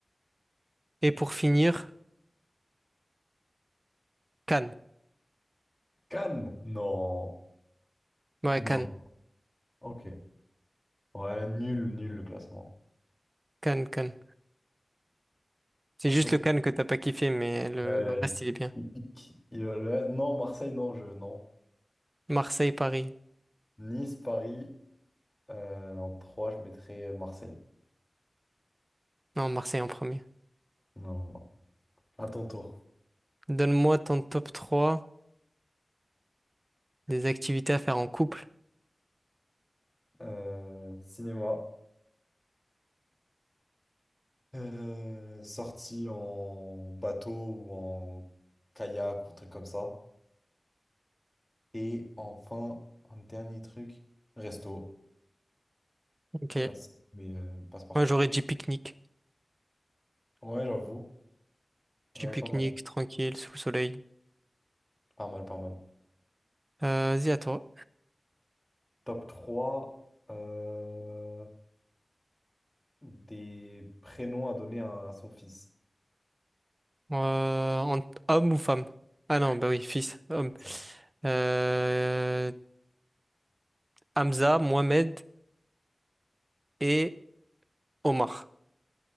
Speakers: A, on the right; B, on the left.
A: et pour finir, Cannes.
B: Cannes? Non.
A: Ouais,
B: Non.
A: Cannes,
B: Ok. Ouais, nul, nul le classement.
A: Cannes, Cannes. C'est juste
B: Donc,
A: le Cannes que t'as pas kiffé, mais le,
B: euh,
A: le reste, il est bien.
B: il pique. Il- le- non, Marseille, non, je, non.
A: Marseille, Paris.
B: Nice, Paris, euh, en 3 je mettrais Marseille.
A: Non, Marseille en premier.
B: Non, À ton tour.
A: Donne-moi ton top trois des activités à faire en couple.
B: Euh, cinéma. Euh, sortie en bateau ou en kayak ou truc comme ça. Et enfin, un dernier truc, resto.
A: Ok.
B: Classique, mais euh, passe-partout.
A: Moi, j'aurais dit pique-nique.
B: Ouais, j'avoue.
A: Petit
B: Ouais,
A: pique-nique,
B: pas mal.
A: tranquille, sous le soleil.
B: Pas mal, pas mal.
A: Euh, vas-y, à toi.
B: Top 3 euh, des prénoms à donner à, son fils.
A: Euh, en- homme ou femme? Ah non, bah oui, fils, homme.
B: C'est
A: Euh, Hamza, Mohamed et Omar.